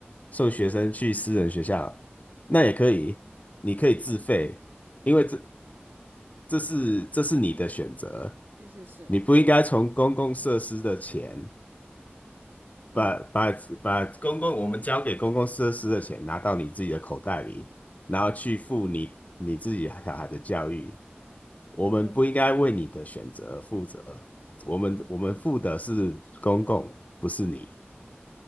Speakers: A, on the left (about 40°); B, on the right (about 65°).
A: 送学生去私人学校，那也可以，
B: 嗯
A: 你可以自费，因为这这是这是你的选择，
B: 是是是，
A: 你不应该从公共设施的钱。
B: 嗯。
A: 把把把公共我们交给公共设施的钱拿到你自己的口袋里，
B: 嗯
A: 然后去付你你自己小孩的教育。我们不应该为你的选择而负责，
B: 哦，
A: 我们我们负的是公共，
B: 嗯
A: 不是你。